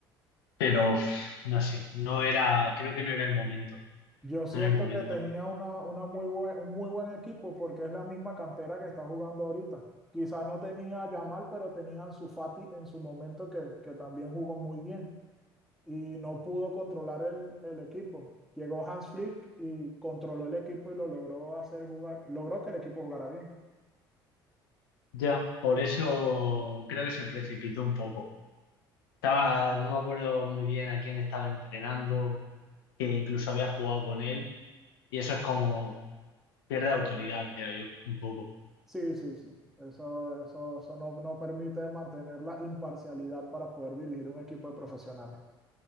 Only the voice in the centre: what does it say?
Yo siento
que tenía una, una muy buen, un muy buen equipo porque es la misma cantera que está jugando ahorita. Quizás no tenía a Yamal, pero tenía a Ansu Fati en su momento que, que también jugó muy bien y no pudo controlar el, el equipo. Llegó Hans Flick y controló el equipo y lo logró hacer jugar, logró que el equipo jugara bien.
Sí, sí, sí. Eso, eso, eso no, no permite mantener la imparcialidad para poder dirigir un equipo de profesionales.